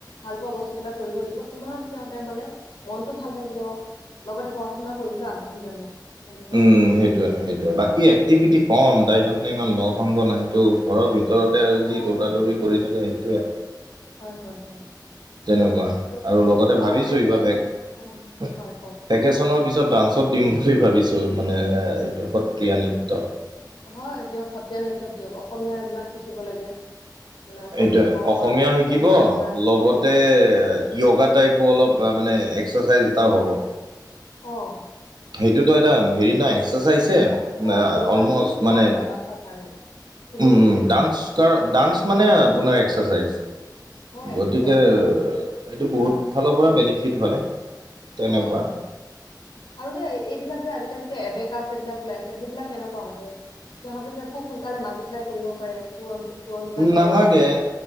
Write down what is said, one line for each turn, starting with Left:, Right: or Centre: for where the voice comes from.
Left: ভাল পোৱা বস্তুবিলাক কৰিব দিব, সিমান সিহঁতে মানে মনতটো ভাল থাকিব। লগতে পঢ়া-শুনা কৰিবলৈ আগবাঢ়ি যাব। সেনেকুৱা
Right: উম'
Left: আৰু
Right: সেইটোয়ে, সেইটোয়ে বাকী
Left: উম।
Right: এক্টিভিটি কম তাইৰ। তাৰমানে ইমান লগ সংগ নাইতটো। ঘৰৰ ভিতৰতে
Left: অ
Right: আৰু যি
Left: অ
Right: দৌৰা দৌৰি কৰি থাকে সেইটোৱে।
Left: হয়, হয়, হয়।
Right: তেনেকুৱা
Left: তো
Right: আৰু লগতে
Left: মাকে
Right: ভাবিছো
Left: ধুনীয়াকে
Right: এইবা ভেক,
Left: অ
Right: ভেকেচনৰ
Left: হয় কওক
Right: পি ত' ডান্সত দিম বুলি ভাবিছো। মানে এইটো সত্ৰীয়া নৃত্য।
Left: হয় দিয়ক সত্ৰীয়া নৃত্যত দিয়ক অসমীয়া এইবিলাক শিকিব লাগে। মানে অসমীয়া
Right: এইটোয়ে
Left: পৰম্পৰাবিলাক
Right: অসমীয়া শিকিব
Left: আমি বজাই ৰাখিব
Right: লগতে
Left: লাগে
Right: যোগা টাইপো অলপ মানে। এক্সাৰসাইজ এটাও হ'ব।
Left: অ'।
Right: সেইটোতো এটা হেৰি না এক্সাৰসাইজ। তে'
Left: অ
Right: মা
Left: য়োগাটো
Right: অ'লমষ্ট
Left: বহুত
Right: মানে
Left: ভাল হয় বাচ্ছাৰ কাৰণে ঠিকে
Right: উম
Left: কৈছে
Right: ডান্স কা ডান্স। নে, আপোনাৰ এক্সাৰচাইজ
Left: হয় এক্সাৰচাইজ
Right: গতিকে
Left: হয়
Right: সেইটো বহুত ফালৰ পৰা বেনিফিট হয়, তেনেকুৱা।
Left: অ আৰু যে এইবিলাক যে আজিকালি যে এবেকাচ এইবিলাক ওলাইছে সেইবিলাক কেনেকুৱা মানে? সিহঁতে যে খুব সোনকালে মাজ ৰিপ্লাই কৰিব পাৰে পূৰণ পূৰণ বিলাক কৰিব
Right: নালাগে,
Left: পাৰে এইবিলাক